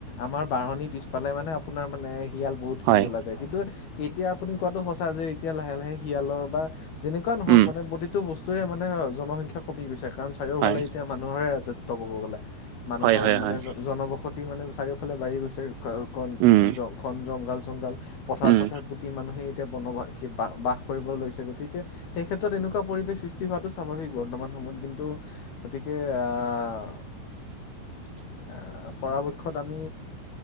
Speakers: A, on the left; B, on the right.
A: আমাৰ বাহঁনিৰ পিছফালে মানে আপোনাৰ মানে শিয়াল বহুত
B: হয়
A: খিনি ওলা যায়, কিন্তু এতিয়া আপুনি কোৱাটো সঁচা যে এতিয়া লাহে লাহে শিয়ালৰ বা যেনেকুৱা নহওঁক
B: উম
A: মানে প্ৰতিটো বস্তু সেইটোৱে মানে জনসংখ্যা কমি গৈছে, কাৰণ চাৰিওফালে
B: হয়
A: এতিয়া মানুহৰে ৰাজত্ব ক'ব গ'লে। মানুহৰ
B: হয় হয়
A: মানে
B: হয়
A: জনবসতি মানে চাৰিওফালে বাঢ়ি গৈছে। কন
B: উম
A: খন জংঘল চংঘাল পথাৰ
B: উম
A: চথাৰ পোটি মানুহে এতিয়া বনবাসি বাস বাস কৰিবলৈ লৈছে গতিকে সেই ক্ষেত্ৰত এনেকুৱা পৰিৱেশ সৃষ্টি হোৱাটো স্বাভাৱিক বৰ্তমান সময়ত কিন্তু, গতিকে আহ
B: <unintelligible>
A: আহ পৰাপক্ষত আমি